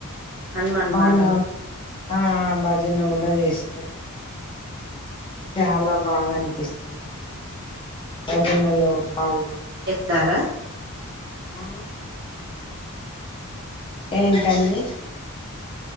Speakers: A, on the right; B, on the left.
A: హనుమాన్
B: అవునవున్
A: మాలలో
B: ఆ బజను కూడా జెస్తారు చాలా బాగా అనిపిస్ బజనలో పాల్
A: తార
B: ఆ ఏంటండీ